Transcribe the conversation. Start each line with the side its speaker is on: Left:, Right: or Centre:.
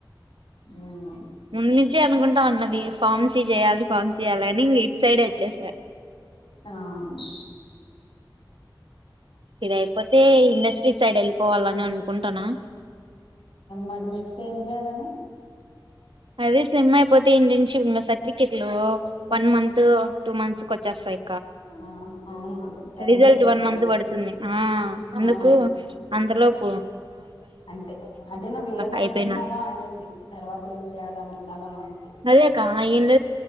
Left: మ్మ్
Right: ముందు నుంచే అనుకుం క ఉన్నది ఫార్మసి చేయాలి ఫామ్సి చేయ్యాలని ఇ సైడ్ వచ్చే సార్
Left: ఆవు
Right: ఇది అయిపోతే ఇండస్ట్రీ సైడ్ వెళ్ళిపోవాలని అనుకుంటన్నా
Left: మరి నెక్స్ట్ ఏం చేయాలని
Right: అదే సెమ్ అయిపోతే, ఇంటర్న్షిప్ ఇంక సర్టిఫికెట్లు వన్ మంత్, టూ మంత్స్ కు వచ్చేస్తాయి.
Left: ఆ అవును టైం
Right: రిజల్ట్
Left: పడుతది
Right: వన్ మంత్ పడుతుంది. ఆ అందుకు
Left: ఆ
Right: అంతలో పో
Left: అంటే అంటే నువ్వేమనుకున్నవా
Right: అయిపోయినా
Left: అనేసి తర్వాత ఏం చేయాల అనుకున్నామా అన
Right: అదేకా ఇండ